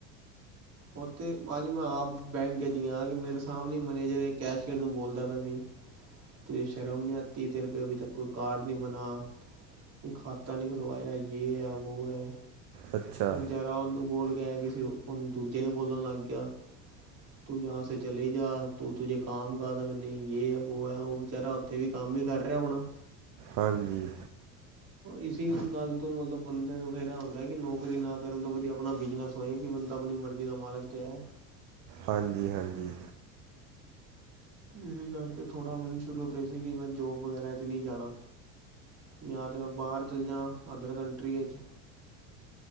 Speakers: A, on the right (about 40°); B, on the right (about 55°).
A: ਉੱਥੇ ਅੱਜ ਮੈਂ ਆਪ ਬੈਕ ਚ ਗਿਆ ਕਿ ਮੇਰੇ ਸਾਹਮਣੇ ਮੈਨੇਜਰ ਇਕ ਕੈਸ਼ੀਅਰ ਨੂੰ ਬੋਲਦਾ ਪਿਆ ਸੀ। ਤੁਜੇ ਸ਼ਰਮ ਨੀ ਆਤੀ ਤੇਰੇ ਪੇ ਅਭੀ ਤੱਕ ਕੋਈ ਕਾਰਡ ਨੀ ਬਣਾ। ਕੋਈ ਖਾਤਾ ਨੀ ਬਣਵਾਇਆ ਯੇ ਐ ਵੋ ਐ।
B: ਅੱਛਾ।
A: <unintelligible> ਨੂੰ ਬੋਲ ਕੇ ਆਇਆ ਕਿਸੇ ਹੁਣ ਦੂਜੇ ਨੂੰ ਬੋਲਣ ਲੱਗ ਗਿਆ। ਤੂੰ ਯਾਹਾ ਸੇ ਚਲੇ ਜਾ ਤੂੰ ਤੁਝੇ ਕੰਮ ਕਾਬਿਲ ਨਈ ਯੇ ਐ ਵੋ ਐ ਉਹ ਬਚਾਰਾ ਉੱਥੇ ਵੀ ਕੰਮ ਈ ਕਰ ਰਿਹਾ ਹੋਣਾ।
B: ਹਾਂਜੀ।
A: ਇਸੀ ਗੱਲ ਤੋਂ ਮਤਲਬ ਬੰਦੇ ਨੂੰ ਫੇਰ ਐ ਹੁੰਦਾਂ ਏ, ਕਿ ਨੌਕਰੀ ਨਾ ਕਰਨ ਤੋਂ ਵਧੀਆ ਆਪਣਾ ਬਿਜਨਸ ਹੋਏ ਕਿ ਬੰਦਾ ਆਪਣੀ ਮਰਜ਼ੀ ਦਾ ਮਾਲਕ ਤੇ ਹੈ।
B: ਹਾਂਜੀ-ਹਾਂਜੀ।
A: ਇਸੀ ਕਰਕੇ ਥੋੜ੍ਹਾ ਮੈਨੂੰ ਸ਼ੁਰੂ ਤੋਂ ਈ ਸੀ ਕਿ ਮੈਂ ਜੋਬ ਵਗੈਰਾ ਚ ਨੀ ਜਾਣਾ। ਜਾਂ ਤਾਂ ਮੈਂ ਬਾਹਰ ਚੱਲ ਜਾਂ ਅਦਰ ਕੰਟਰੀਆ ਚ